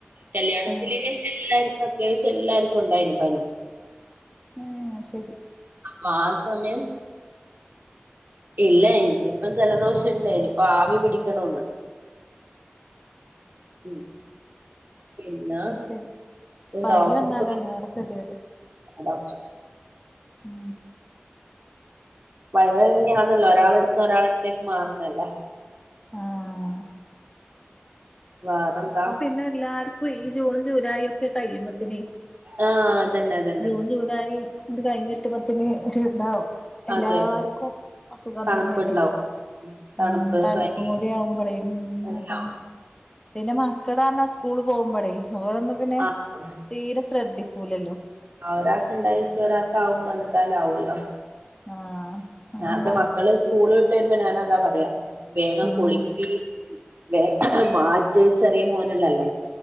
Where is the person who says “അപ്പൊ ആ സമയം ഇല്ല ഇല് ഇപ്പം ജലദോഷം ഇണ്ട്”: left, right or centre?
Right